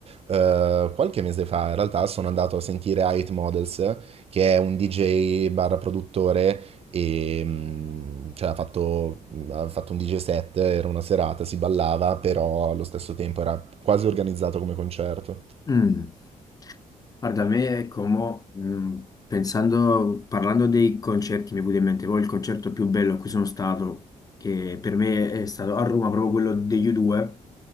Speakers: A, on the right; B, on the left.
A: eh, qualche mese fa in realtà sono andato a sentire Height Models, che è un DJ barra produttore e mm, cioè, ha fatto, ha fatto un DJ set, era una serata, si ballava, però allo stesso tempo era quasi organizzato come concerto.
B: Mm. Guarda, a me, ecco, mo, mm, pensando, parlando dei concerti, mi è venuto in mente poi il concerto più bello a cui sono stato, che per me è stato a Roma, proprio quello degli U2,